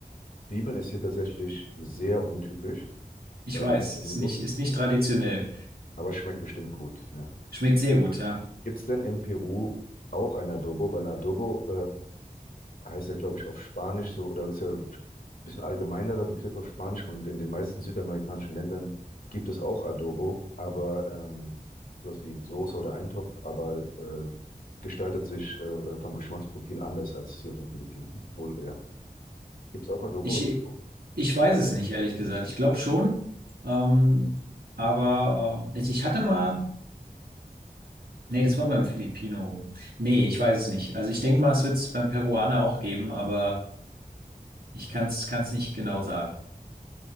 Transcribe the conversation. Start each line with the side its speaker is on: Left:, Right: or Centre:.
Left: Zwiebeln ist hier tatsächlich sehr untypisch,
Right: Ich
Left: äh,
Right: weiß,
Left: Adobo,
Right: ist nicht, ist nicht traditionell.
Left: aber schmeckt bestimmt gut. Ja.
Right: Schmeckt sehr gut, ja.
Left: Gibt es denn in Peru auch ein Adobo? Weil Adobo äh, heißt ja, glaube ich, auf Spanisch so, oder ist ja ein bisschen allgemeinerer Begriff auf Spanisch und in den meisten südamerikanischen Ländern gibt es auch Adobo, aber ähm, sowas wie Soße oder Eintopf, aber äh, gestaltet sich äh, äh, vom Geschmacksprofil anders als hier auf den Philippinen. Obwohl, ja, Gibt's auch Adobo
Right: Ich,
Left: im Po?
Right: ich weiß es nicht, ehrlich gesagt. Ich glaube schon. Ähm, aber ähm, ich, ich hatte mal. Nee, das war beim Filipino. Nee, ich weiß es nicht. Also ich denke mal, es wird es beim Peruaner auch geben, aber ich kann es kann es nicht genau sagen.